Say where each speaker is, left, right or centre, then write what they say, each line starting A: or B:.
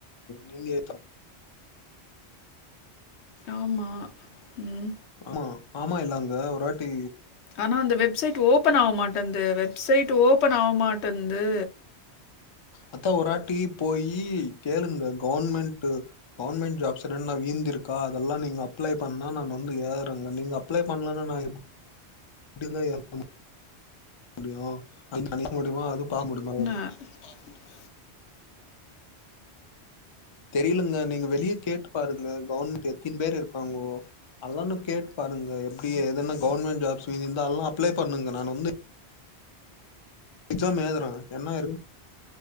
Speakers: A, on the left; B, on the left.
A: நீங்க ஏத்தனு
B: ஆமா ம்
A: ஆமா ஆமா இல்லங்க ஒராட்டி
B: ஆனா அந்த வெப்சைட் ஓபன் ஆவ மாட்டன்ந்து வெப்சைட் ஓபன் ஆவ மாட்டன்ந்து
A: அதா ஒராட்டி போயி கேளுங்க கவன்மெண்ட்டு கவன்மெண்ட் ஜாப்ஸ் என்னன் வீந்திருக்கா அதெல்லா நீங்க அப்ளை பண்ணா நா வந்து ஏறேங்க நீங்க அப்ளை பண்லனா நா எப்டிங்க ஏல மு முடியு அது நெனைக்க முடியுமா அது பாக்க முடியுமா
B: அ
A: தெரிலங்க நீங்க வெளிய கேட்டு பாருங்க கவன்மெண்ட் எத்தின் பேரு இருக்காங்கோ அதலானு கேட்டு பாருங்க எப்டி எதன கவுன்மெண்ட் ஜாப்ஸ் மீந்தால்லா அப்ளை பண்ணுங்க நான் வந்து எக்ஸாம் ஏதுறே என்னய